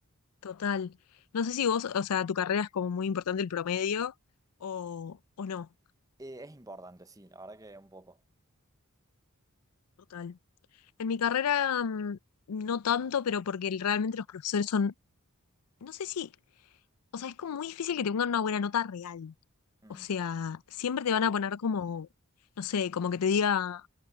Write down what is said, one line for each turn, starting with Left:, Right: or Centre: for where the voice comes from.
Left: total. No sé si vos, o sea, tu carrera es como muy importante el promedio o, o no.
Right: Eh, es importante, sí, la verdad que un poco.
Left: Total. En mi carrera mm, no tanto, pero porque el- realmente los profesores son, no sé si, o sea, es como muy difícil que te pongan una buena nota real.
Right: Mm,
Left: O sea, siempre te van a poner como, no sé, como que te diga